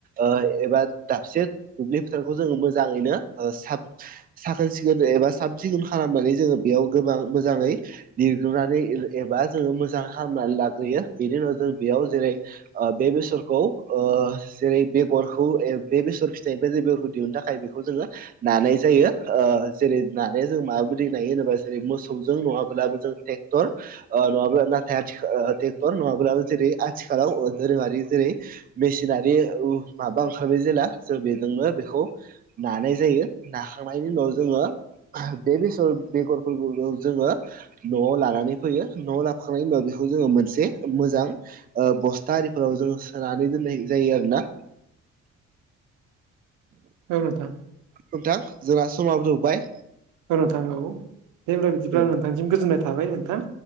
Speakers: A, on the right; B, on the right.
A: ओ ए बा दाबसे दुब्लि फोथारखौ जोङो मोजाङैनो ओ साब साखोन सिखोन एबा साब सिखोन खालामनानै जोङो बेयाव गोबां मोजाङै लिरग्रोनानै एबा जोङो मोजां खालामनानै लाग्रोयो बेनि उनाव जों बेयाव जेरै ओ बे बेसरखौ ओ जेरै बेगर खौ ए बे बेसर फिथाइनिफ्राय बेगरखौ दिहुननो थाखाय बेखौ जोङो नानाय जायो ओ जेरै नानाया जों माबायदि नायो होनोबा जेरै मोसौजों नङाब्लाबो जों टेकक्टर ओ नङाब्लाबो नाथाय आथिखा टेकक्टर जेरै आ थिखालाव ओ दोरोङारि जेरै मेसिनारि उ माबा ओंखारबाय जेला जों बेजोंनो बेखौ नानाय जायो नाखांनायनि उनाव जोङो बे बेसर बेगरफोरखौनो जोङो न'आव लानानै फैयो न'आव लाफखांनायनि उनाव बेखौ जोङो मोनसे मोजां ओ बस्था आरिफोराव जोङो सोनानै दोननाय जायो आरोना
B: औ नोंथां
A: नोंथां जोङा समाबो थौबाय
B: औ नोंथां औ दे होनबा बिदिब्ला
A: ओ
B: नोंथांसिम गोजोननाय थाबाय नोंथां